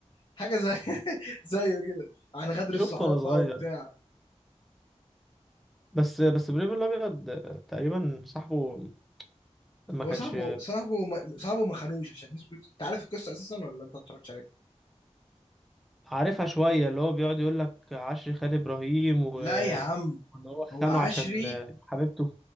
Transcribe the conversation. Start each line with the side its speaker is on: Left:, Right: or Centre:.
Left: حاجة زي <laughs> زيه كده عن غدر الصحاب
Centre: شفته وانا صغير
Left: بقى وبتاع
Centre: بس بس ابراهيم الابيض تقريبا صاحبه ما
Left: هو
Centre: كانش
Left: صاحبه صاحبه ما- صاحبه ما خانوش عشان الناس بتقول- انت عارف القصة اساسا ولا انت ما اتفرجتش عليها
Centre: عارفها شوية اللي هو بيقعد يقول لك عشري خان إبراهيم و...
Left: لا يا عم
Centre: وإن هو خانه
Left: هو عشري
Centre: عشان حبيبته